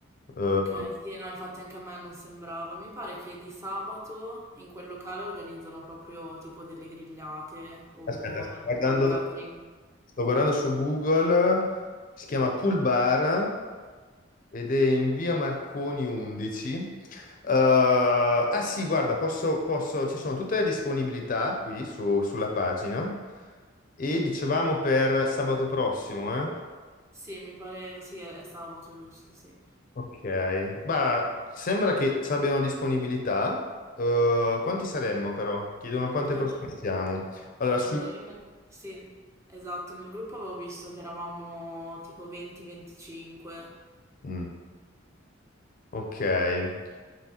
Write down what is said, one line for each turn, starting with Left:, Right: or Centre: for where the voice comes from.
Left: Eh,
Right: Ok, sì, no, infatti anche a me non sembrava. Mi pare che di sabato in quel locale organizzano proprio tipo delle grigliate o
Left: aspetta, sto
Right: vabbè, comunque
Left: guardando,
Right: un catering.
Left: sto guardando su Google, si chiama Pool Bar. Ed è in via Marconi 11. Eh, ah sì, guarda, posso, posso- ci sono tutte le disponibilità qui su- sulla pagina. E dicevamo per sabato prossimo, eh?
Right: Sì, mi pare, sì, è, è sabato, giusto, sì.
Left: Ok. Ma sembra che ci abbiano disponibilità. Eh, quanti saremmo però? Chiedono quante
Right: Allora,
Left: persone siamo. Allora,
Right: allora
Left: sui...
Right: io ne- sì, esatto, nel gruppo avevo visto che eravamo tipo 20-25.
Left: Mm. Ok, e,